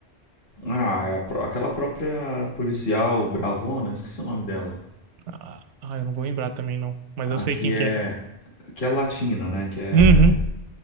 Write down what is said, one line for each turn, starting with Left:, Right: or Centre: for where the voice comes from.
Left: Ah, é a pró- aquela própria policial bravona, esqueci o nome dela.
Right: Ah, ah, eu não vou lembrar também, não. Mas
Left: A
Right: eu sei
Left: que
Right: quem
Left: é.
Right: que é.
Left: Que é latina, né? Que é.
Right: Uhum,